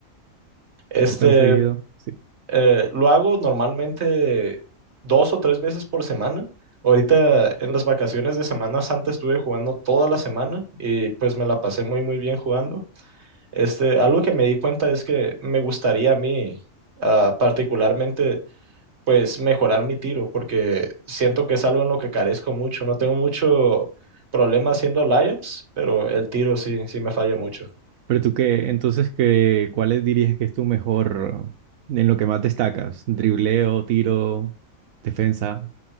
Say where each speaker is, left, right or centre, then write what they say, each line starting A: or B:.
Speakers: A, on the right; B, on the right.
A: Este,
B: ¿Qué tan seguido? Sí.
A: eh, lo hago normalmente dos o tres veces por semana. Ahorita en las vacaciones de Semana Santa estuve jugando toda la semana y pues me la pasé muy muy bien jugando. Este, algo que me di cuenta es que me gustaría a mí ah, particularmente pues mejorar mi tiro, porque siento que es algo en lo que carezco mucho. No tengo mucho problema haciendo layups, pero el tiro sí, sí me falla mucho.
B: Pero tú qué, entonces qué, ¿cuáles dirías que es tu mejor, en lo que más destacas? Dribleo, tiro, defensa.